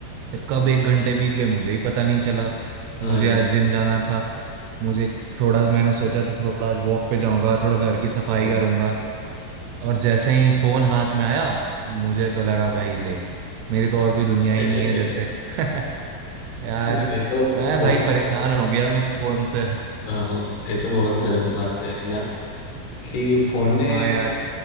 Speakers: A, on the right; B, on the left.
A: फिर कब एक घंटे बीत गए मुझे ही पता नहीं चला मुझे
B: अरे
A: आज जिम जाना था मुझे थोड़ा मैंने सोचा था थोड़ा आज वॉक पे जाऊंगा थोड़ा घर की सफाई
B: हाँ।
A: करूंगा और जैसे ही फोन हाथ में आया मुझे तो लगा भाई ले मेरी तो और कोई दुनिया ही
B: <laughs>
A: नहीं है जैसे <laughs> यार
B: मतलब ये तो
A: मैं
B: बहुत
A: भाई परेशान हो गया इस फोन से
B: हाँ, ये तो बहुत गलत बात है है ना कि फोन ने
A: हाँ यार
B: मतलब